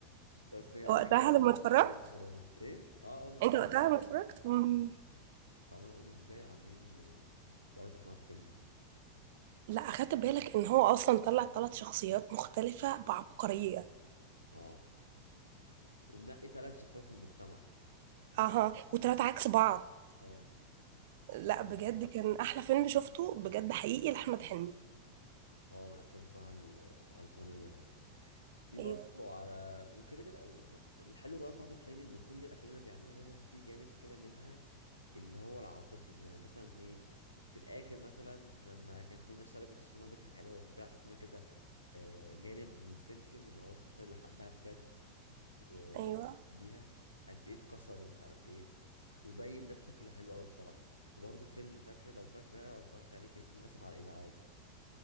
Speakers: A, on the left (about 85°); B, on the right (about 50°).
A: بس عاجبني
B: وقتها لما
A: أوي
B: اتفرجت
A: موضوع إن هم ثلاثة. ايه اه اه ما اتفرجت
B: أنت وقتها لما اتفرجت مم.
A: كنت عمال اقول ازاي عاملين ثلاثه احمد حلمي
B: لا أخدت بالك إن هو أصلا طلع ثلاث شخصيات مختلفة بعبقرية
A: اه ومنقي ثلاث شخصيات في المجتمع
B: أها وثلاثة عكس بعض
A: اه
B: لا
A: يعني
B: بجد كان أحلى فيلم شفته بجد حقيقي لأحمد حلمي
A: اه من الافلام بصراحه الايقونيه يعني في
B: أيوه
A: برضه على وكده كده الحلو كمان في احمد حلمي ان كل الافلام اللي بيعملها دايما في جانب كده منها اللي هو العاطفي يعني مثلا ايه في الاخر مثلا لما كانت منى شلبي اكتشفنا ان هو بيضحك عليها وبتاع شفنا كده آه، جانب من سمسم اللي هو الشخصيه اللي حبها بجد وبيها
B: أيوه
A: قد ايه اتكسر ومش عارف ايه وبين ده بشكل حلو قوي بصراحه وبرضه فيلم فاكره لو فاكره او اتفرجت عليه كان اسمه اسف على الازعاج